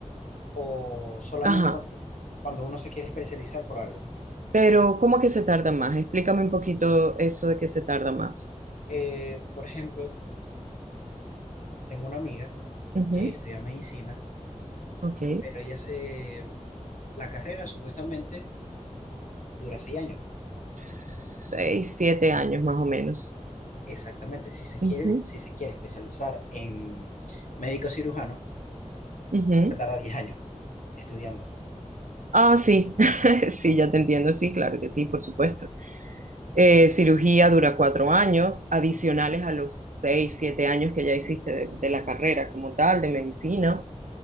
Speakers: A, on the left; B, on the right.
A: o solamente
B: Ajá,
A: cuando, cuando uno se quiere especializar por algo.
B: pero ¿cómo que se tarda más? Explícame un poquito eso de que se tarda más.
A: Eh, por ejemplo, tengo una amiga
B: Ujú.
A: que estudia medicina,
B: Ok.
A: pero ella se... La carrera supuestamente dura seis años.
B: seis, siete años más o menos.
A: Exactamente. Si se
B: Ujú,
A: quiere, si se quiere especializar en médico cirujano,
B: ujú.
A: Se tarda 10 años estudiando.
B: Ah, sí, <laughs> sí, ya te entiendo, sí, claro que sí, por supuesto. Eh, cirugía dura cuatro años, adicionales a los seis, siete años que ya hiciste de, de la carrera como tal, de medicina.